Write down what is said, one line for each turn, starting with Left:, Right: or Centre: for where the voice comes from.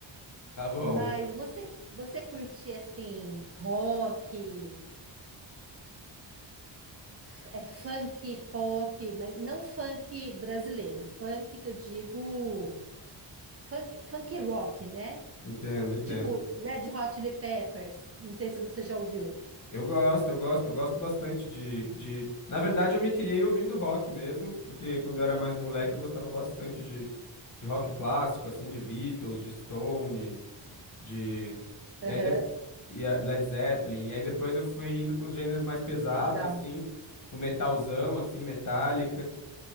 Left: Tá bom,
Right: Mas você você curte assim rock, f- é, funk, pop, mas não funk brasileiro, funk que eu digo funk, funk rock, né?
Left: entendo, entendo.
Right: Tipo Red Hot Chili Peppers. Não sei se você já ouviu.
Left: Eu gosto, eu gosto, eu gosto bastante de, de... Na verdade, eu me criei ouvindo rock mesmo, porque quando eu era mais moleque eu gostava bastante de, de rock clássico, assim, de Beatles, de Stones, de... E
Right: Aham,
Left: aí de- e a- Led Zeppelin. E aí depois eu fui indo para uns gêneros mais pesados,
Right: legal.
Left: assim, tipo metalzão, assim, Metallica.